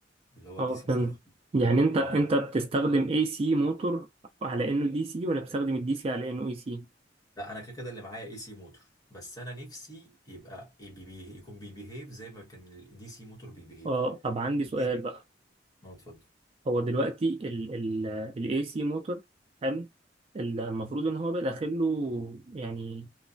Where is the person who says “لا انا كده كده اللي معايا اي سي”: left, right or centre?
Left